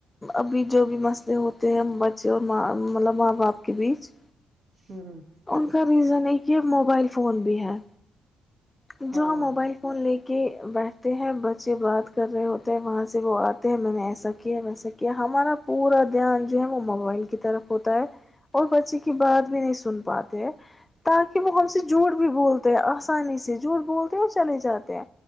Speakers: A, on the left; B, on the right.
A: ابھی جو بھی مسئلے ہوتے ہیں بچے اوراں مطلب ماں باپ کے بیچ
B: ہاں ہاں
A: ان کا ریزن یہ کہ موبائل فون بھی ہے جو
B: ہاں
A: ہم موبائل فون لے کے کہ بیٹھتے ہیں بچے بات کر رہے ہوتے ہیں وہاں سے وہ آتے ہیں میں نے ایسا کیا ویسا کیا ہمارا پورا دھیان جو ہے وہ موبائل کی طرف ہوتا ہے اور بچے کی بات بھی نہیں سن پاتے ہیں تاکہ وہ ہم سے جھوٹ بھی بولتے ہیں آسانی سے جھوٹ بولتے اور چلے جاتے ہیں